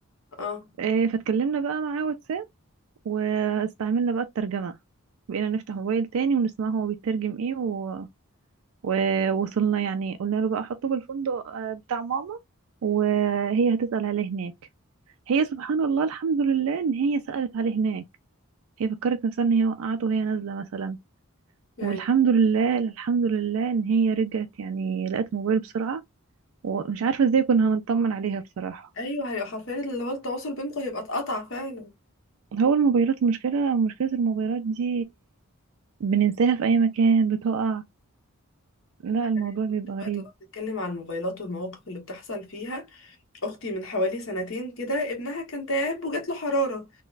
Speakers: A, on the left; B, on the right.
A: اه
B: إيه فاتكلمنا بقى معاه واتساب واستعملنا بقى الترجمة بقينا نفتح موبايل تاني ونسمع هو بيترجم ايه و... ووصلنا يعني قلنا له بقى حطه بالفندق آه، بتاع ماما وهي هتسأل عليه هناك هي سبحان الله الحمد لله ان هي سألت عليه هناك هي فكرت نفسها ان هي وقعت وهي نازلة مثلا
A: يعني
B: والحمد لله الحمد لله ان هي رجعت يعني لقت موبايل بسرعة ومش عارفة ازاي كنا هنطمن عليها بصراحة
A: ايوه هي حرفيا اللي هو التواصل بينكم هيبقى اتقطع فعلا
B: هو الموبايلات المشكلة مشكلة الموبايلات دي بننساها في اي مكان بتقع لا الموضوع
A: انا دلوقتي
B: بيبقى غريب
A: بقى طالما بنتكلم عن الموبايلات والمواقف اللي بتحصل فيها اختي من حوالي سنتين كده ابنها كان تعب وجات له حراره